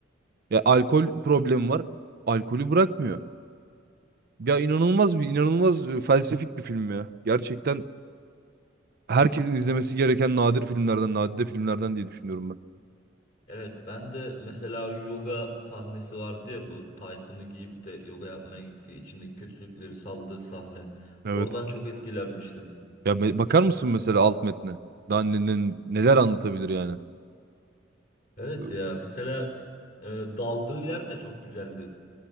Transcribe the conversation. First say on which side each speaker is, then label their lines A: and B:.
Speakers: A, on the right; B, on the left.
A: Ya alkol problemi var. Alkolü bırakmıyor. Ya inanılmaz bir inanılmaz e, felsefik bir film ya. Gerçekten herkesin izlemesi gereken nadir filmlerden, nadide filmlerden diye düşünüyorum ben.
B: evet ben de mesela yoga sahnesi vardı ya bu taytını giyip de yoga yapmaya gittiği içindeki kötülükleri saldığı sahne.
A: Evet.
B: Oradan çok etkilenmiştim.
A: Ya me- bakar mısın mesela alt metne? Daha ne- ne- neler anlatabilir yani?
B: Evet
A: Ee,
B: ya mesela e, daldığı yer de çok güzeldi.